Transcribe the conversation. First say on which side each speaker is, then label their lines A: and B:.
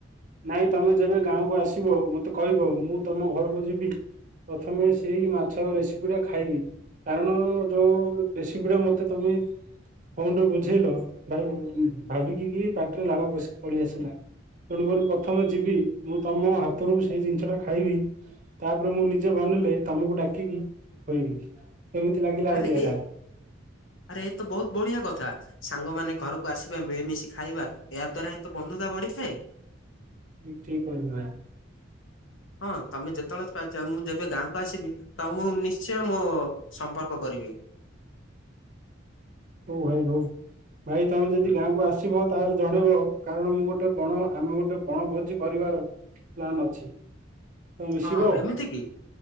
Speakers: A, on the right; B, on the left.
A: ନାଇଁ ତମେ ଯେବେ ଗାଁକୁ ଆସ <unintelligible> ମତେ କହିବ ମୁଁ ତମ ଘରକୁ ଯିବି। ପ୍ରଥମେ ସେଇ ମାଛର ରେସିପି ଟା ଖାଇବି। କାରଣ ଯୋଉ ରେସିପି ଟା ମତେ ତମେ ଫୋନରେ ବୁ ବୁଝେଇଲ ଭାଇ ଭାବିକି କି ପାଟିରୁ ଲାଳ ପ ପଳେଇ ଆସିଲା। ତେଣୁକରି ପ୍ରଥମେ ଯିବି ମୁଁ ତମ ହାତରୁ ସେଇ ଜିନିଷ ଟା ଖାଇବି ତାପରେ ମୁଁ ନିଜେ ବ ବନେଇଲେ ତମକୁ ଡାକିକି ଖୋଇବି। କେମିତି ଲାଗିଲା
B: ଆରେ
A: ଆଇଡିଆ
B: ଏ
A: ଟା
B: ଆରେ ଏତ ବହୁତ୍ ବଢ଼ିଆ କଥା। ସାଙ୍ଗମାନେ ଘରକୁ ଆସିବେ ମିଳିମିଶି ଖାଇବା ଏହା ଦ୍ଵାରା ହିଁ ତ ବନ୍ଧୁତା ବଢ଼ିଥାଏ।
A: ଠିକ୍ କିହିଲ ଭାଇ।
B: ହଁ ତମେ ଯେତେବେଳେ ପା ମୁଁ ଯେବେ ଗାଁକୁ ଆସିବି ତମକୁ ମୁଁ ନିଶ୍ଚ <unintelligible> ମୁଁ ସଂପର୍କ କରିବି।
A: ହଉ ଭାଇ ହଉ ଭାଇ ତମେ ଯଦି
B: ହୁଁ
A: ଗାଁକୁ ଆସିବ ତାହେଲେ ଜଣେଇବ ଆଉ। କାରଣ ମୁଁ ଗୋଟେ ବଣ ଆମେ ଗୋଟେ ବଣ ଭୋଜି କରିବାର ପ୍ଲାନ୍ ଅଛି। ତମେ ମିଶିବ
B: ହଁ ଏମିତି କି